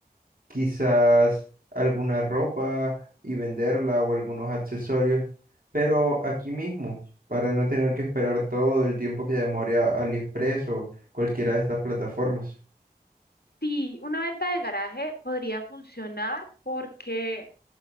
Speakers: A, on the right; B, on the left.
A: quizás alguna ropa y venderla o algunos accesorios, pero aquí mismo, para no tener que esperar todo el tiempo que demore a AliExpress o cualquiera de estas plataformas.
B: Sí, una venta de garaje podría funcionar porque